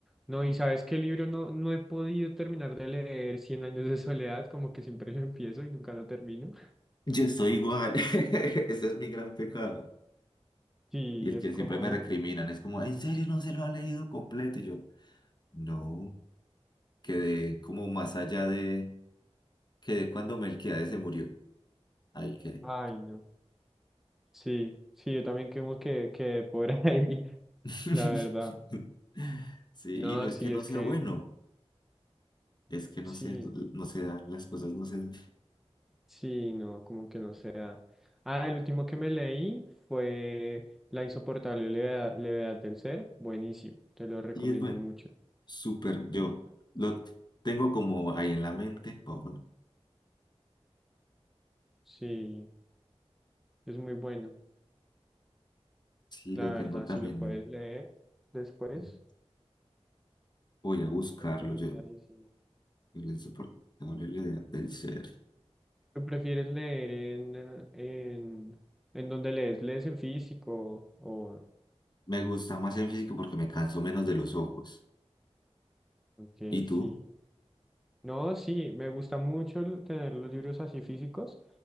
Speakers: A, in the centre; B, on the left.
A: No, y sabes qué libro no, no he podido terminar de leer, Cien años de soledad, como que siempre lo empiezo y nunca lo termino. <laughs>
B: Yo estoy igual, <laughs> ese es mi gran pecado.
A: Sí,
B: Y el
A: es
B: que
A: como,
B: siempre me recriminan
A: uff.
B: es como, ¿en serio no se lo ha leído completo? Y yo, no, quedé como más allá de, quedé cuando Melquiades se murió, ahí quedé.
A: Ay, no. Sí, sí, yo también como que, que por ahí, <laughs>
B: <laughs>
A: la verdad.
B: Sí,
A: No,
B: y no es
A: sí,
B: que no
A: es
B: sea
A: que,
B: bueno, es que no
A: sí,
B: se, no se da, las cosas no se dan.
A: sí, no, como que no sea. Ah, el último que me leí fue La insoportable levedad, levedad del ser. Buenísimo, te lo recomiendo
B: Y es bueno,
A: mucho.
B: súper, yo lo tengo como ahí en la mente, o bueno,
A: Sí, es muy bueno,
B: sí
A: la
B: lo
A: verdad,
B: tengo también,
A: si lo puedes
B: en-
A: leer después,
B: en- voy a buscarlo
A: recomendadísimo.
B: yo, el insoportable de- del ser.
A: ¿Tú prefieres leer en, eh, en, en dónde lees? ¿Lees en físico o...?
B: Me gusta más en físico porque me canso menos de los ojos.
A: Ok,
B: ¿Y tú?
A: sí. No, sí, me gusta mucho el- tener los libros así físicos,